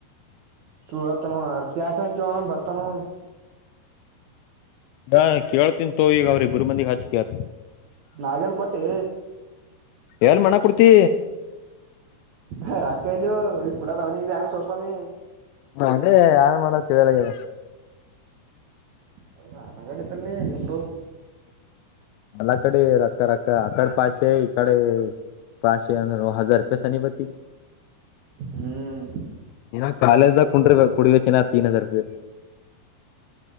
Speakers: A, on the right; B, on the left.
A: ಸುಳ್ ಹೇಳ್ತಾನ ಅಂವ ಕ್ಯಾಸನ್ ಕೇಳ್ ನೋಡಮ್ ಬರ್ತನು.
B: ಹಾ ಕೇಳ್ತೀನ ತೋ ಈಗ ಅವ್ರ ಇಬ್ಬರು ಮಂದಿಗ್ ಹಚಿಕೆತ
A: ನಾಗ್ಯಾನ್ ಕೊಟ್ಟಿ.
B: ಎಲ್ ಮಣ್ಣಾಗ್ ಕುಡ್ತಿ.
A: ಹೆ ರಕ್ತ ಎಲ್ಲಿವ್ ಈ ಕುೂಡದ ಅವ್ನಿಗ್ಬಿ ಹ್ಯಾಂಗ್ ಸೌರ್ಸಾಮಿ.
B: ಅದೆ ಯಾನ್ ಮಾಡದ ತಿಳ್ಯಲಾಗ್ಯದ.
A: ಹ ಅನಗಾಡ ಇದ್ದಲ್ ನೀ ಗಬ್ರು.
B: ಅಲ್ಲ ಕಡಿ ರಕ್ಕ ರಕ್ಕ ಅಕಡ ಪಾಸೆ ಇಕಡ ಪಾಸೇ ಅಂದ್ರುನು ಹಝಾರ ರೂಪಾಯಿ ಸನಿ ಬತ್ತಿಗ್
A: ಹ್ಮ್
B: ಹೀನಾ ಕಾಲೇಜ್ದಾಗ್ ಕುಂಡ್ರ ಕುಡಿಬೇಕ ಹೀನಾ ತೀನ್ ಹಜಾರ್ ರೂಪಾಯಿ.